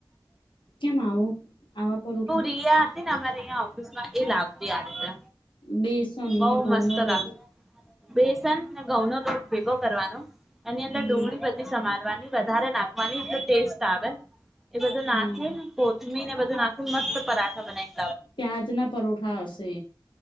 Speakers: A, on the left (about 85°); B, in the centre.
A: કેમ આવો આવા પરવઠો.
B: રિયા ને અરેં ઓફિસમાં એ લાભથી આ રતે
A: બેસન
B: બઉ
A: ને ઘઉં
B: મસ્ત
A: નો લોટ
B: લાગત બેસન ને ઘઉં નો લોટ. ભેગો કરવાનો એની અંદર
A: હમ
B: ડુંગળી બધી સમારવાની વધારે નાખવાની એ ટેસ્ટ આવે. એ બધું નાખે
A: હા
B: ને કોથમી ને બધું નાખી ને મસ્ત પરાઠા બનાવી.
A: પ્યાજ ના પરોઠા હશે.